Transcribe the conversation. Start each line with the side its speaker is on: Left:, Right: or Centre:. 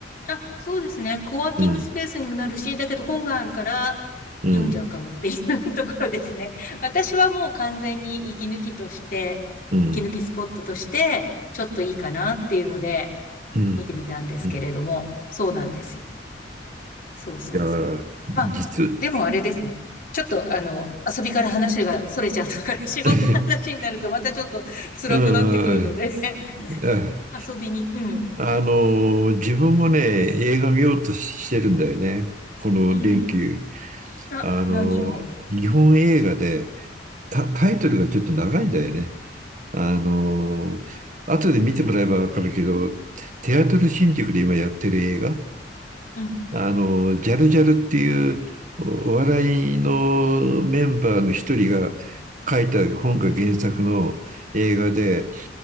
Left: あ、そうですね。コワーキングスペースにもなるし、
Right: うん、
Left: だけど本があるから、
Right: うん、
Left: 読んじゃうかもっていうところですね。<laughs> 私はもう完全に息抜きとして、
Right: うん、
Left: 息抜きスポットとして、ちょっといいかなっていうので、
Right: うん、
Left: 見てみたんですけれども、
Right: うん。い
Left: そうなんですよ。そうそうそう。
Right: やー、
Left: まあ、
Right: 実、
Left: でもあれですね。ちょっとあの、遊びから話が逸れちゃったから、仕事の話になるとまたちょっと辛くなってくるので
Right: <laughs> うん、
Left: <laughs>
Right: うん
Left: 遊びに、うん、
Right: あの、自分もね、映画見ようとしてるんだよね。この連休。
Left: うん、な、
Right: あの、
Left: 何を、
Right: 日本映画で、タ、タイトルがちょっと長いんだよね。あの、後で見てもらえばわかるけど、テアトル新宿で今やってる映画、
Left: うん、
Right: あの、ジャルジャルっていうお笑いのメンバーの一人が書いた本が原作の映画で、